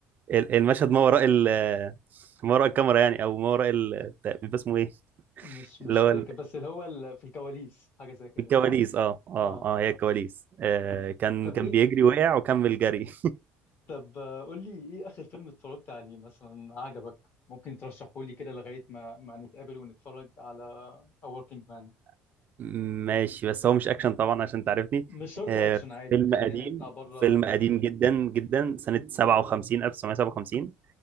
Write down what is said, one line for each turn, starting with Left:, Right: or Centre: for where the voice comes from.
Right: ال- المشهد ما وراء ال- ما وراء الكاميرا يعني او ما وراء ال- بيبقى اسمه ايه
Left: مش مش
Right: اللي هو
Left: فاكر بس اللي هو ال- في الكواليس حاجة زي كده
Right: الكواليس
Left: صح؟
Right: اه اه
Left: اه
Right: اه هي الكواليس آه كان
Left: طب
Right: كان
Left: ايه
Right: بيجري وقع وكمل جري
Left: طب آه، قول لي ايه آخر فيلم اتفرجت عليه مثلا عجبك ممكن ترشحه لي كده لغاية ما ما نتقابل ونتفرج على A Working Man
Right: <laughs> ماشي بس هو مش اكشن طبعا عشان تعرفني
Left: مش شرط
Right: آه
Left: اكشن عادي
Right: فيلم
Left: خلينا
Right: قديم
Left: نطلع بره
Right: فيلم قديم جدا جدا سنة 57 1957